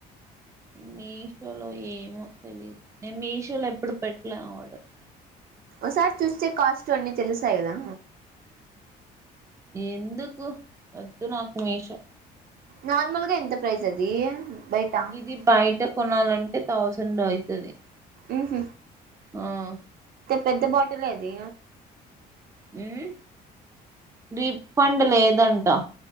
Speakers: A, on the right (about 15°); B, on the right (about 60°).
A: మీషోలో ఏమో తెలిదు నేను మీషోలో ఎప్పుడు పెట్టలే ఆర్డర్,
B: ఓసారి చూస్తే కాస్ట్ అన్నీ తెలుస్సాయి కదా
A: ఎందుకు వద్దునాకు మీషో
B: నార్మల్గా ఎంత ప్రైజ్ అది బయట
A: ఇది బయట కొనాలంటే థౌసండ్ అవుతుది
B: ఉహమ్
A: ఆహ్
B: పెద్ద బాటల్ ఎహ్ ఆది
A: హమ్ రిఫండ్ లేదంటా